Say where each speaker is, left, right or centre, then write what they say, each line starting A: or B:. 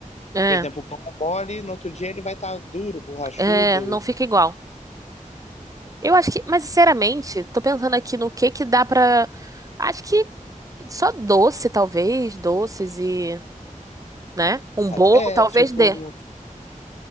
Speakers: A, on the right; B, on the left.
A: É,
B: Por exemplo, o pão é mole, no outro dia ele vai estar duro, borrachudo.
A: é, não fica igual. Eu acho que, mas sinceramente, tô pensando aqui no que que dá pra. Acho que só doce, talvez, doces e. né? Um bolo
B: É,
A: talvez
B: tipo,
A: dê.